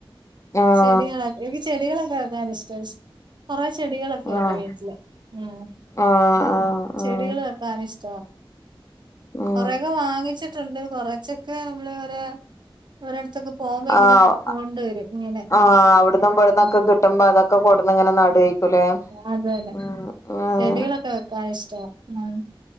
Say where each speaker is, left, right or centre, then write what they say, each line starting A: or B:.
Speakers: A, on the left; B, on the right.
A: ആഹ്
B: ചെടികളെ എനിക്ക് ചെടികളൊക്കെ വെക്കാൻ ഇഷ്ട്ടാ <unintelligible> കൊറെ ചെടികളൊക്കെ
A: ആഹ്
B: ഒണ്ട് വീട്ടില് ആഹ്
A: ആഹ് ആഹ്
B: ചെടികൾ
A: ആഹ്
B: വെക്കാൻ ഇഷ്ട്ടവാ
A: ഉം
B: കൊറെയൊക്കെ വാങ്ങിച്ച് റ്റൊണ്ട് കൊറച്ചൊക്കെ നമ്മള് ഒര് ഓരോടുത്തൊക്കെ പോകുമ്പോ ഇങ്ങനെ
A: ആഹ്
B: കൊണ്ട് വരും <unintelligible> ഇങ്ങനെ
A: ആഹ് അവിടന്നും ഇവിടന്നൊക്കെ
B: <unintelligible>
A: കിട്ടുമ്പോ അതൊക്കെ കൊടുന്ന് ഇങ്ങനെ നടുവായിരിക്കൂലേ
B: അതല്ലെ
A: ഉം ഉം
B: ചെടികളൊക്കെ വെക്കാൻ ഇഷ്ട്ടവാ ആഹ്